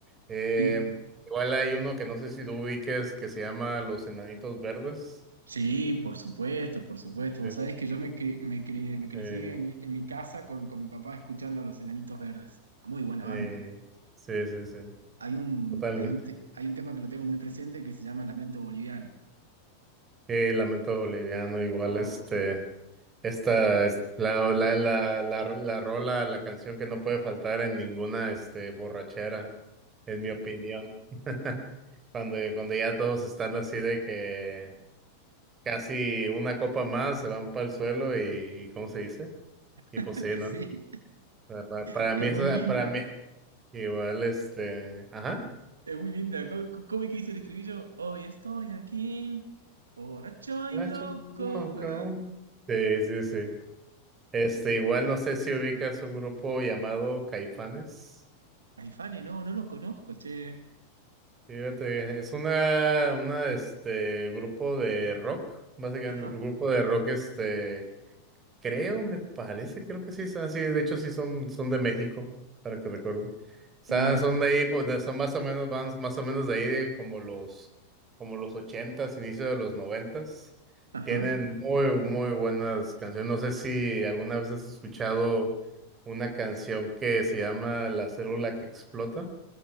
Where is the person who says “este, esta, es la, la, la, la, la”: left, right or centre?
Right